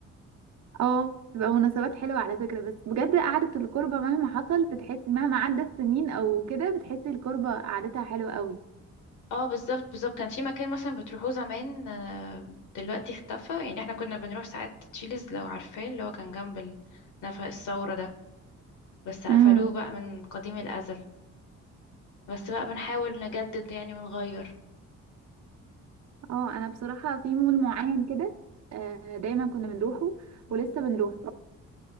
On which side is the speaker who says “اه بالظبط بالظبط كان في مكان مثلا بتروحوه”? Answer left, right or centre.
Left